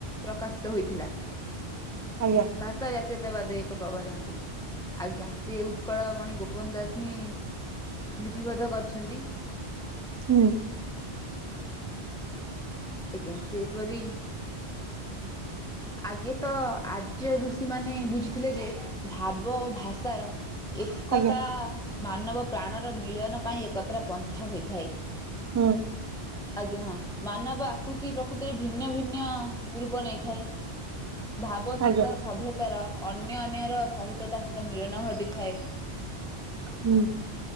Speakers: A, in the centre; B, on the right.
A: ପ୍ରକାଶିତ ହୋଇଥିଲା,
B: ଆଜ୍ଞା
A: ବାସ୍ ତା ଜାତୀୟତାବାଦ୍ ଏକ ପ୍ରବନ୍ଧଟି, ଆଜ୍ଞା ସିଏ ଉତ୍କଳମଣି ଗୋପବନ୍ଧୁ ଦାସ୍ ହିଁ ଲିପିବଦ୍ଧ କରିଛନ୍ତି।
B: ହୁଁ।
A: ଆଜ୍ଞା, ସେହିପରି ଆଗେ ତ ଆର୍ଯ୍ୟ ଋଷିମାନେ ବୁଝିଥିଲେ ଯେ ଭାବ ଓ ଭାଷାର ଏକତା
B: ଆଜ୍ଞା
A: ମାନବ ପ୍ରାଣର ମିଳନ ପାଇଁ ଏକତ୍ର ପନ୍ଥା ହୋଇଥାଏ।
B: ହୁଁ
A: ଆଜ୍ଞା ହଁ ମାନବ ଆକୃତି ପ୍ରକୃତିରେ ଭିନ୍ନ ଭିନ୍ନ ରୂପ ନେଇଥାଏ। ଭାବ ଚିନ୍ତା
B: ଆଜ୍ଞା
A: ସଭ୍ୟତାର ଅନ୍ୟ ଅନ୍ୟର ସହିତ ତା ସହିତ ମିଳନ ଘଟିଥାଏ।
B: ହୁଁ